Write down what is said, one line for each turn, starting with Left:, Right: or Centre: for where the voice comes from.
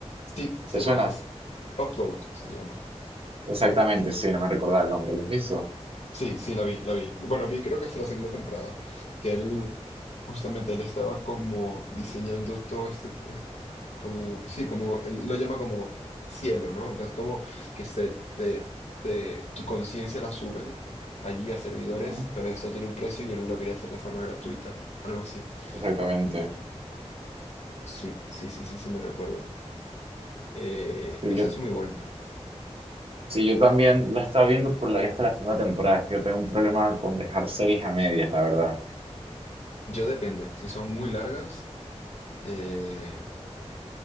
Left: Sí, sé
Right: ¿Te suena?
Left: cuál es. Upload se llama.
Right: Exactamente, sí, no me recordaba el nombre, ¿lo has visto?
Left: Sí, sí, la vi, la vi. Bueno, vi creo que hasta la segunda temporada, que él, justamente, él estaba como diseñando todo este, eh, como, sí, como, él lo llama como cielo, ¿no? Que Es como que se, te, te- tu conciencia la suben allí a servidores,
Right: Ajá,
Left: pero esto tiene un precio y él lo quería hacer de forma gratuita, algo así.
Right: Exactamente.
Left: Y sí, sí, sí, sí, sí, me recuerdo. Eh,
Right: Sí,
Left: esa
Right: yo,
Left: es muy buena.
Right: sí, yo también la estaba viendo, pero la vi hasta la segunda temporada. Es que yo tengo un problema con dejar series a medias, la verdad.
Left: Yo depende, si son muy largas, eh...